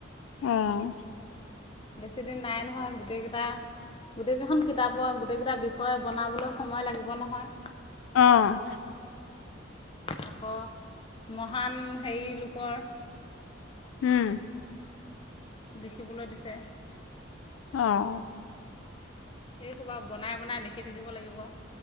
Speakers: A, on the left (about 90°); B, on the left (about 25°).
A: উম।
B: বেছিদিন নাই নহয়। গোটেইকেইটা, গোটেইকেইখন কিতাপৰ, গোটেইকেইটা বিষয়ে বনাবলৈ সময় লাগিব, নহয়
A: অ'।
B: আকৌ, মহান হেৰি লোকৰ
A: উম।
B: লিখিবলৈ দিছে
A: অ'।
B: এই সোপা বনাই-বনাই লিখি থাকিব লাগিব